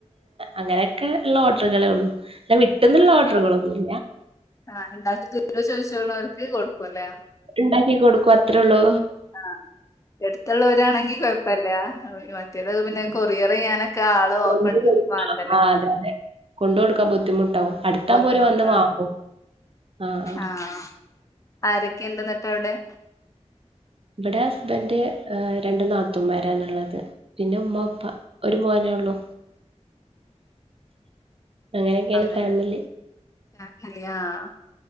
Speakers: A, on the right (about 50°); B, on the left (about 25°).
A: അങ്ങനെക്കെ ഇള്ള ഓഡറ്കളേ ഉള്ളൂ വിട്ടുന്നുള്ള
B: <unintelligible>
A: ഓർഡറുകളൊന്നുമില്ല
B: ആഹ് ഇണ്ടാക്കി തരൂന്ന് ചോദിച്ചോണോർക്ക് കൊടുക്കും അല്ലേ
A: ഉണ്ടാക്കി കൊടുക്കും അത്രേ ഉള്ളൂ
B: ആഹ് എടുത്തൊള്ളോരാണെങ്കി കൊഴപ്പല്ല കിട്ടിയത്
A: മാക്സിമം
B: പിന്നെ കൊറിയർ ചെയ്യാനൊക്കെ ആള് ഓപ്പൺ
A: കൊണ്ട് കൊടുക്കുക
B: വേണ്ടല്ലേ.
A: ആ അതെ അതെ കൊണ്ട് കൊടുക്കാൻ ബുദ്ധിമുട്ടാവും അടുത്താകുമ്പോൾ
B: ബുദ്ധിമുട്ടാണ്
A: ഓര് വന്ന് വാങ്ങും ആ ആ
B: ആഹ് ആരെക്കെ ഇണ്ടന്ന് ത്തവിടെ
A: ഇവിടെ ഹസ്ബൻഡ് ഏഹ് രണ്ടു നാത്തൂന്മാരണുള്ളത് പിന്നെ ഉമ്മ ഉപ്പ ഒരു മോനേ ഉള്ളൂ അങ്ങനെയൊക്കെയാണ്
B: അങ്ങനെ
A: ഫാമിലി.
B: ആഹ്